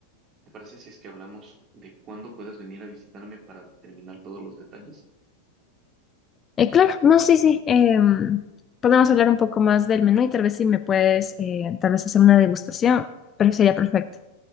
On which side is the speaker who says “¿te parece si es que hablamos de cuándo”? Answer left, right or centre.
Right